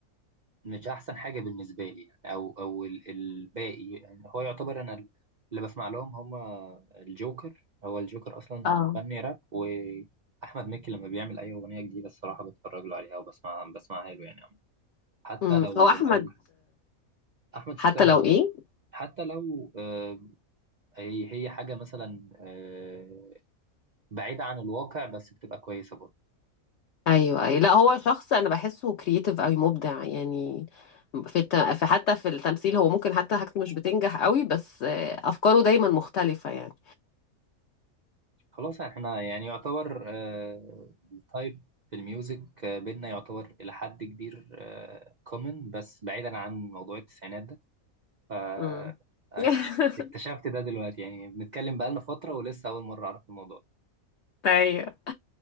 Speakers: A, on the right (about 70°); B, on the left (about 60°).
A: مش أحسن حاجة بالنسبة لي يعني أو أو ال- الباقي يعني هو يعتبر أنا اللي بسمع لهم هما الجوكر هو الجوكر أصلا
B: اه
A: مغني راب وأحمد مكي لما بيعمل أي أغنية جديدة الصراحة بتفرج له عليها وبسمع بسمعها له يعني حتى
B: أمم،
A: لو
B: هو احمد
A: لو لاحظت أحمد
B: حتى
A: شخصية لذيذة
B: لو ايه
A: حتى لو آه، هي هي حاجة مثلا آه، بعيدة عن الواقع بس بتبقى كويسة برضه
B: ايوه ايوه لا هو شخص انا بحسه كرييتيف قوي مبدع يعني في الت... في حتى في التمثيل هو ممكن حتى حاجته مش بتنجح قوي بس آه، افكاره دايما مختلفة يعني
A: خلاص احنا يعني يعتبر آه، التايب في الميوزك آه، بينا يعتبر إلى حد كبير كومن بس بعيدا عن موضوع التسعينات ده ف
B: امم
A: اكتش-
B: <laughs>
A: اكتشفت ده دلوقتي يعني بنتكلم بقالنا فترة ولسه أول مرة أعرف الموضوع ده.
B: ايوه